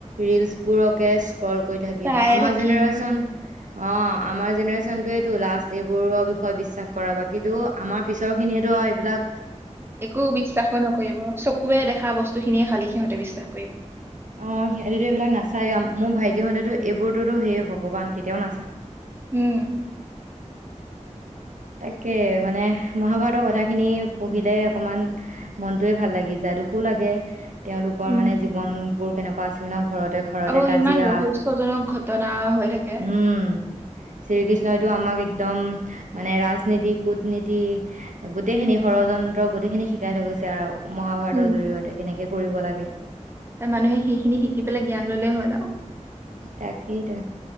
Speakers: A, on the right; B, on the right.
A: ৰিলছবোৰক কে স্ক্ৰল কৰি থাকিম,
B: চায়ে
A: আমাৰ
B: থাকিম।
A: জেনেৰেচন অ', আমাৰ জেনেৰেশ্যন টো এইটো, লাষ্ট এইবোৰৰ বিষয়ে বিশ্বাস কৰাবাক কিন্তু, আমাৰ পিছৰ খিনিয়েতো আও এই বিলাক
B: একো বিশ্বাসো নকৰিব, চকুৱে দেখা বস্তু খিনিয়ে খালী সিহঁতে বিশ্বাস <unintelligible>
A: অ', সিহঁতিটো এইবিলাক নাচায়ে, মোৰ ভাইটিহঁতেতো এইবোৰতো হে ভগৱান, কেতিয়াও নাচায়।
B: উম।
A: তাকে মানে, মহাভাৰতৰ কথাখিনি পঢ়িলে অকমান মনটোয়ে ভাল লাগি যায়, দুখো লাগে। তেওঁলোকৰ
B: উম
A: মানে জীৱন বোৰ কেনেকুৱা আছিল ন ঘৰতে ঘৰতে
B: আৰু
A: কাজিয়া,
B: ইমান ৰহস্যজনক ঘটনা হৈ থাকে।
A: উম, শ্ৰীকৃষ্ণইটো আমাক একদম মানে, ৰাজনীতি, কূটনীতি গোটেই খিনি ষড়যন্ ত্ৰ, গোটেইখিনি শিকাই থৈ গৈছে আৰু। মহাভাৰতৰ
B: উম
A: জৰিয়তে কেনেকে কৰিব লাগে।
B: মানুহে সেইখিনি শিকি পেলাই জ্ঞান ল'লেই হ'ল আও।
A: তাকেইতো,